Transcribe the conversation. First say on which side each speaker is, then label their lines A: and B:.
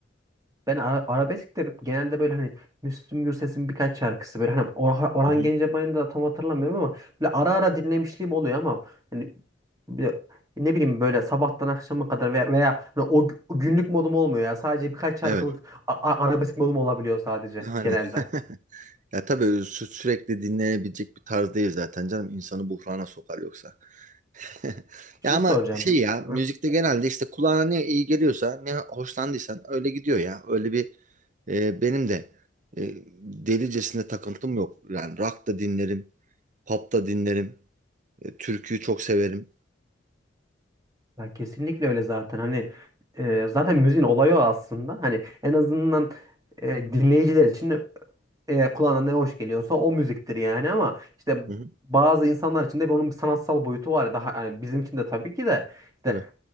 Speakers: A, on the right (about 20°); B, on the right (about 40°).
A: Ben ara- arabesk de genelde böyle hani Müslüm Gürses'in birkaç şarkısı böyle hani Orhan, Orhan
B: Hı hı.
A: Gencebay'ın da tam hatırlamıyorum ama böyle ara ara dinlemişliğim oluyor ama hani bir de ne bileyim böyle sabahtan akşama kadar veya, veya hani o gü- o günlük modum olmuyor ya. Sadece birkaç şarkılık
B: Evet.
A: a- a- arabesk modum olabiliyor sadece
B: Aynen.
A: genelde.
B: <laughs> Ya tabii sü- sürekli dinlenebilecek bir tarz değil zaten canım. İnsanı buhrana sokar yoksa. <laughs>
A: Şunu
B: Ya ama
A: soracağım.
B: şey ya
A: Hı.
B: müzikte genelde işte kulağına ne iyi geliyorsa ne hoşlandıysan öyle gidiyor ya. Öyle bir e, benim de e, delicesinde takıntım yok. Yani rock da dinlerim, pop da dinlerim, e, türküyü çok severim.
A: Ya kesinlikle öyle zaten. Hani e, zaten müziğin olayı o aslında. Hani en azından e, dinleyiciler için e, kulağına ne hoş geliyorsa o müziktir yani ama işte
B: Hı hı,
A: bazı insanlar için de bunun bir sanatsal boyutu var. ya, Daha yani bizim için de tabii ki de işte
B: tabii.